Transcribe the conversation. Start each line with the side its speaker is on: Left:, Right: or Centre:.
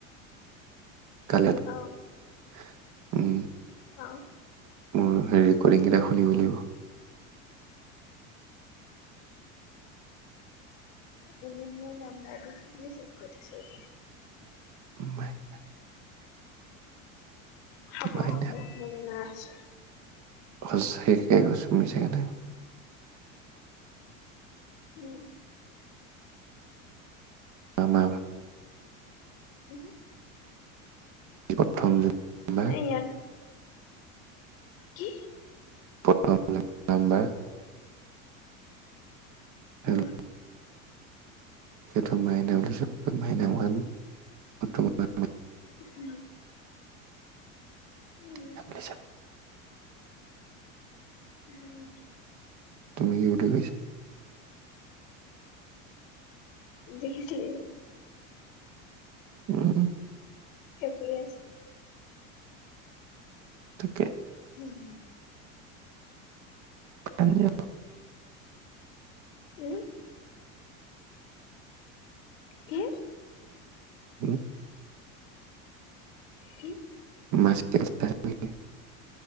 Right: <unintelligible>
Left: অ
Right: উম।
Left: অ'।
Right: ওম ৰেকৰ্ডিং কেইটা শুনিব লাগিব।
Left: এনে মোৰ নাম্বাইটো কি বোলি চেভ কৰি ঠয়চ এতিয়া?
Right: মায়না।
Left: হ'ব
Right: ভাই
Left: হ'ব মই জনা ছে
Right: সচাকে কৈছো মিছাকে নাই কোৱা
Left: উম
Right: আমা
Left: উম
Right: প্ৰথম নাম্বাৰ
Left: এইয়াৰ কি
Right: প্ৰথম নাম্বাৰ <unintelligible>
Left: উম
Right: সেটো মাইনা বুলি চেভ কৰিছো মাইনা ওৱান বৰ্তমান
Left: উম উম
Right: বেয়া পাইছা
Left: উম
Right: তুমি কি বুলি কৰিছা
Left: দেখিছিলি
Right: উম
Left: সেইটোৱেই আছে
Right: তাকে
Left: উম
Right: হেল্ল'
Left: উম কি
Right: উম
Left: কি
Right: <unintelligible>